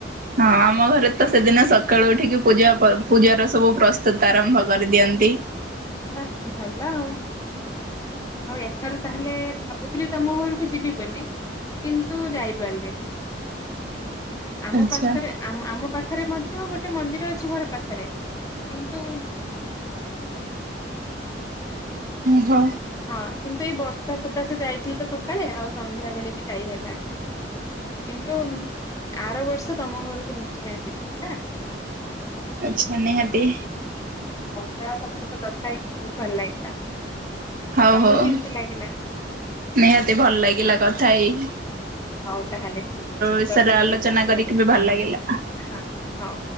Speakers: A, on the right (about 50°); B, on the left (about 20°).
A: ହଁ ଆମ ଘରେ ତ ସେଦିନ ସକାଳୁ ଉଠିକି ପୂଜା ପର୍ବ ପୂଜାର ସବୁ ପ୍ରସ୍ତୁତ ଆରମ୍ଭ କରିଦିଅନ୍ତି।
B: ବାଃ ଭଲ ଆଉ। ହଉ ଏଠାରୁ ତାହେଲେ ଭାବୁ ତମ ଘରକୁ ଯିବି ବୋଲି କିନ୍ତୁ ଯାଇପାରିଲିନି। ଆମ
A: ଆଚ୍ଛା
B: ପାଖରେ ଆମ ଆମ ପାଖ ପାଖରେ ମଧ୍ୟ ଗୋଟେ ମନ୍ଦିର ଅଛି ଘର ପାଖରେ କିନ୍ତୁ
A: ହୁଁ ହୁଁ।
B: ହଁ କିନ୍ତୁ ଏଇ ବର୍ଷା ସକାଶେ ଯାଇଥିଲି ତ ସକାଳେ ଆଉ ସନ୍ଧ୍ୟା ବେଳେ ବି ଯାଇ ହେଲଣିି କିନ୍ତୁ ଆର ବର୍ଷ ତମ ଘରକୁ ନିଶ୍ଚୟ ଯିବି ହେଲା।
A: ଆଛା ନିହାତି
B: ହ ଯାଅ ତମ ସହିତ କଥା ହେଇକି ବହୁତ ଭଲ ଲାଗିଲା।
A: ହଉ
B: ତମକୁ
A: ହଉ
B: କେମିତି
A: ନିହାତି
B: ଲାଗିଲା?
A: ଭଲ ଲାଗିଲା କଥା ହେଇକି।
B: ହଉ ତାହେଲେ ଠିକ ଅଛି, ମୁଁ
A: ବିଷୟରେ
B: ରଖୁଛି
A: ଆଲୋଚନା
B: ପଛରେ
A: କରିକି
B: କଥା
A: ବି ଭଲ
B: ହବା
A: ଲାଗିଲା
B: ହଁ ହଁ।